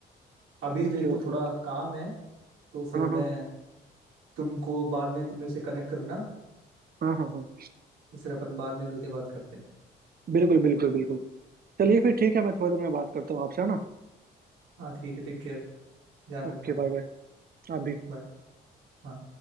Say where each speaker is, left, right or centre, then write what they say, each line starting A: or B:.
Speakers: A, on the right; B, on the right.
A: अभी
B: Okay
A: मेरे को
B: okay
A: थोड़ा काम है तो फिर
B: हाँ हाँ
A: मैं तुमको बाद में तुम मेरे से कनेक्ट करना
B: हाँ हाँ हाँ
A: तो फिर अपन बाद में मिलके बात करते हैं
B: बिल्कुल बिल्कुल बिल्कुल चलिए फिर ठीक है मैं थोड़ी देर में बात करता हूँ आपसे है ना
A: हाँ ठीक है टेक केयर ध्यान
B: Okay
A: रखना अपना
B: bye bye आप भी
A: बाय हाँ।